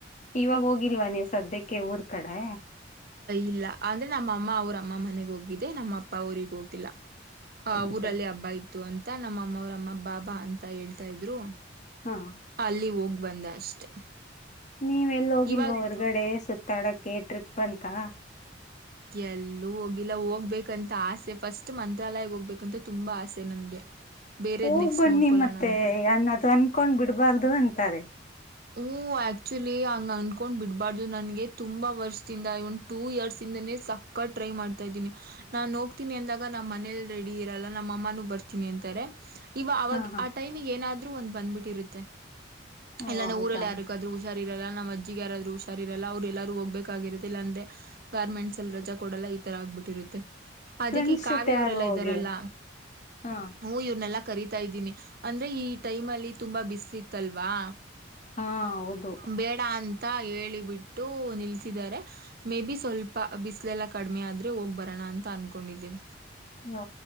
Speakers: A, on the left; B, on the right.
A: ಇವಾಗ ಹೋಗಿಲ್ವಾ ನೀವು ಸದ್ಯಕ್ಕೆ ಊರ್ ಕಡೆ
B: ಇಲ್ಲ ಅಂದ್ರೆ ನಮ್ಮ ಅಮ್ಮ ಅವ್ರ ಅಮ್ಮ ಮನೆಗ್ ಹೋಗಿದರು. ನಮ್ಮ ಅಪ್ಪ ಆಊರಿಗೆ ಹೋಗಿಲ್ಲ
A: ಓಕೆ
B: ಊರಲ್ಲಿ ಹಬ್ಬ ಇತ್ತು ಅಂತ ತ್ತಾ ನಮ್ಮಮ್ಮ ಅವ್ರಮ್ಮ ಬಾಬಾ ಅಂತ ಹೇಳ್ತಾ ಇದ್ರು.
A: ಹಾ <inaudible>
B: ಅಲ್ಲಿ ಹೋಗ್ ಬಂದ ಅಷ್ಟೆ
A: ನೀವೆಲ್ಲು ಹೋಗಿಲ್ವಾ
B: ಇವಾಗ
A: ಹೊರ್ಗಡೆ ಸುತ್ತಾಡಕ್ಕೆ ಟ್ರಿಪ್ ಅಂತ
B: ಎಲ್ಲೂ ಹೋಗಿಲ್ಲ. ಹೋಗ್ಬೇಕಂತ ಆಸೆ ಫಸ್ಟ್ ಮಂತ್ರಾಲಯ ಹೋಗ್ಬೇಕಂತ ತುಂಬಾ ಆಸೆ ನನ್ಗೆ. ಬೇರೆದ್
A: ಹೋಗ್
B: ನೆಕ್ಸ್ಟ್
A: ಬನ್ನಿ
B: ನೋಡ್ಕೊಳ್ಳೋಣ
A: ಮತ್ತೆ
B: ಅಂತ.
A: ಅನ್ ಅದು ಅನ್ಕೊಂಡ್ ಬಿಡ್ಬಾರ್ದು ಅಂತಾರೆ.
B: ಹ ಆಕ್ಚುಲಿ ಹಂಗ ಅನ್ಕೊಂಡ್ ಬಿಡಬಾರ್ದು ನನ್ಗೆ ತುಂಬಾ ವರ್ಷದಿಂದ ಇವನ್ ಟೂ ಇಯರ್ಸ್ ಇಂದನೇ ಸಕ್ಕತ ಟ್ರೈ ಮಾಡ್ತಾ ಇದ್ದೀನಿ. ನಾನ್ ಹೋಗ್ತೀನಿ ಅಂದಾಗ ನಮ್ಮ್ ಮನೇಲಿ ರೆಡಿ ಇರಲ್ಲ ನಮ್ಮ ಅಮ್ಮಾನೂ ಬರ್ತೀನಿ ಅಂತಾರೆ. ಇವ ಆಗ
A: ಹಾ ಹಾ
B: ಆ ಟೈಮಿಗೆ ಏನಾದ್ರು ಒಂದ್ ಬಂದ್ಬಿಟ್ಟಿರುತ್ತೆ.
A: ಓ
B: ಇಲ್ಲಂದ್ರೆ
A: ಹೌದಾ
B: ಊರಲ್ಲಿ ಯಾರಿಗಾದ್ರೂ ಸರಿಗಿರಲ್ಲ ನಮ್ಮ ಅಜ್ಜಿಗೆ ಯಾರಾದ್ರು ಹುಷಾರೀರಲ್ಲ. ಅವ್ರು ಎಲ್ಲಾರೂ ಹೋಗ್ಬೇಕಾಗಿರತ್ತೆಇಲ್ಲಾ ಅಂದ್ರೆ ಗಾರ್ಮೆಂಟ್ಸ್ ಅಲ್ಲಿ ರಜಾ ಕೊಡಲ್ಲ ಈ ತರ ಆಗ್ಬಿಟ್ಟಿರುತ್ತೆ. ಅದಕ್ಕೆ
A: ಫ್ರೆಂಡ್ಸ್
B: ಈ ಕಾವ್ಯ
A: ಜೊತೆ ಯಾರು
B: ಅವರೆಲ್ಲಾ
A: ಹೋಗಿ.
B: ಇದ್ದಾರಲ್ಲ
A: ಹಾ
B: ಹು ಇವ್ರನ್ನೆಲ್ಲಾ ಕರೀತ ಇದ್ದೀನಿ ಅಂದ್ರೆ ಈ ಟೈಮ್ ಅಲ್ಲಿ ತುಂಬಾ ಬಿಸ್ಲು ಇತ್ತಲ್ವಾ.
A: ಹಾ ಹೌದು
B: ಬೇಡ ಅಂತ ಹೇಳಿ ಬಿಟ್ಟು ನಿಲ್ಸಿದ್ದಾರೆ ಮೇ ಬಿ ಸ್ವಲ್ಪ ಬಿಸಿಲೆಲ್ಲ ಕಡಿಮೆ ಆದರೆ ಹೋಗಿ ಬರೋಣ ಅಂತ ಅನ್ಕೊಂಡಿದ್ದೀವಿ.
A: ಹ